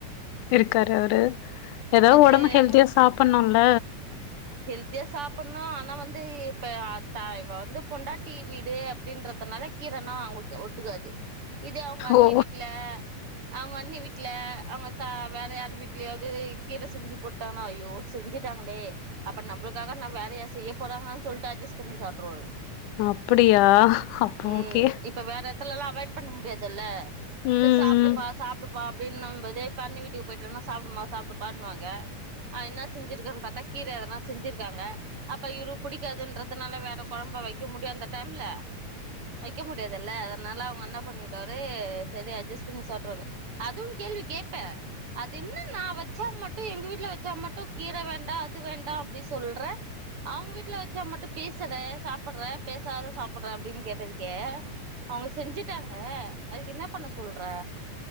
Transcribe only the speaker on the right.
அது
ஹெல்தியா சாப்பட்னூ ஆனா வந்து இப்ப ‌அ தா இப்ப வந்து பொண்டாட் டி வீடு அப்படின்றதுனால கீரனா ஓகே ஒத்துக்காது இதே அவுங்க அண்ணி
வீட்ல அவங்க அண்ணி வீட்ல அவங்க தா வேற யாரு வீட்டிலியாவது கீர செஞ்சு போட்டாங்கனா ஐயோ செஞ்சுட்டாங்களே அப்ப நம்புளுக்காக நா வேறயா செய்ய போறாங்கன்னு சொல்ட்டு அடஜஸ் பண்ணி சாப்ட்டுவாரு
ம்
இப்ப வேற எடத்துலல்லாம் அவாய்ட் பண்ண முடியாதுல்ல
சரி சாப்பிடுப்பா சாப்பிடுப்பா அப்படின்னும் போது இப்ப அண்ணி வீட்டுக்கு போயிட்டோம்னா சாப்பிடுமா சாப்பிடுப்பான்னுவாங்க அ என்ன செஞ்சிருக்கார்ன்னு பார்த்தா கீர இதெல்லா செஞ்சிருக்காங்க அப்ப இவரு புடிக்காதுன்றதுனால வேற கொழம்ப வைக்க முடியும் அந்த டைம்ல வைக்க முடியாதுல்ல அதனால அவுங்க என்ன பண்ணிடுவாரு சரி அட்ஜஸ்ட் பண்ணி சாப்ட்டுறவாரு அதுவூம் கேள்வி கேட்பேன் அது என்ன நா வெச் சா மட்டும் எங்க வீட்டுல வெச்சா மட்டும் கீர வேண்டா அது வேண்டா அப்டி சொல்ற அவுங்க வீட்ல வெச்சா மட்டு பேசுற சாப்பட்ற பேசாத சாப்ட்ற அப்டின்னு கேட்டதுக்கு அவுங்க செஞ்சுட்டாங்க அதுக்கு என்ன பண்ண சொல்ற